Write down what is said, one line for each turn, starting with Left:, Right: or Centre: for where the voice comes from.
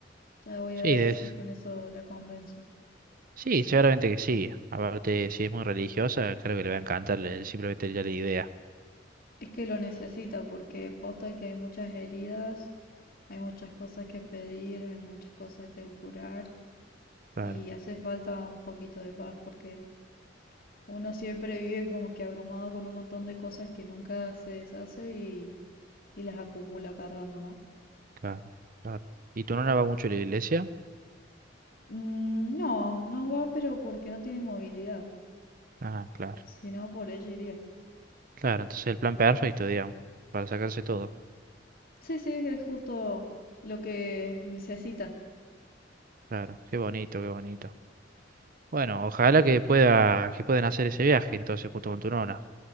Left: ya voy
Right: Sí,
Left: a ver
Right: es
Left: si con eso la convenzo.
Right: Sí, seguramente que sí. Aparte, si es muy religiosa, creo que le va a encantar le- simplemente ya la idea.
Left: Es que lo necesita porque posta que hay muchas heridas, hay muchas cosas que pedir, hay muchas cosas que curar
Right: Claro,
Left: y hace falta un poquito de paz porque uno siempre vive como que abrumado con un montón de cosas que nunca se deshace y, y las acumula cargando, ¿no?
Right: claro, claro. ¿Y tu nona va mucho a la iglesia?
Left: Mm, No, no va, pero porque no tiene movilidad.
Right: Ah, claro,
Left: Si no, por ella iría.
Right: claro. Entonces el plan perfecto, digamos, para sacarse todo.
Left: Sí, sí, es justo lo que necesita.
Right: Claro, qué bonito, qué bonito. Bueno, ojalá que pueda, que puedan hacer ese viaje entonces junto con tu nona.